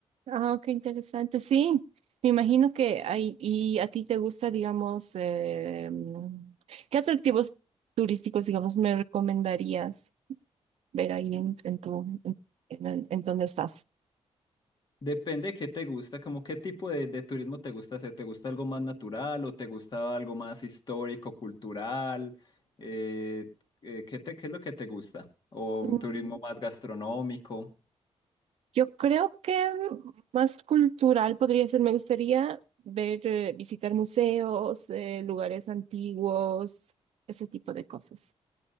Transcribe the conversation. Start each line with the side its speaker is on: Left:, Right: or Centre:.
Right: Ah, qué interesante. Sí, me imagino que hay, y a ti te gusta, digamos, eh, mm, ¿qué atractivos turísticos, digamos, me recomendarías ver ahí en, en tu, en, en el- en donde estás?
Left: Depende de qué te gusta, como qué tipo de, de turismo te gusta hacer. ¿Te gusta algo más natural o te gusta algo más histórico, cultural? Eh, eh, ¿qué te- qué es lo que te gusta? ¿O
Right: Ujú.
Left: un turismo más gastronómico?
Right: Yo creo que más cultural podría ser. Me gustaría ver, eh, visitar museos, eh, lugares antiguos, ese tipo de cosas.